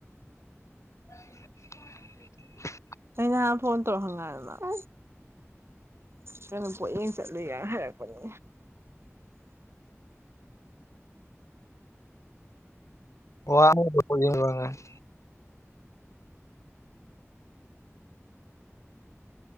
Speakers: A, on the left; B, on the right.
A: <inaudible>
B: ꯑꯩ ꯅꯍꯥꯟ ꯐꯣꯟ ꯇꯧꯔ ꯍꯪꯉ <unintelligible> ꯀꯩꯅꯣ ꯄꯣꯠꯌꯦꯡ ꯆꯠꯂꯨꯏ ꯒ ꯍꯥꯏꯔꯛꯄꯅꯦ
A: ꯋꯥ <unintelligible>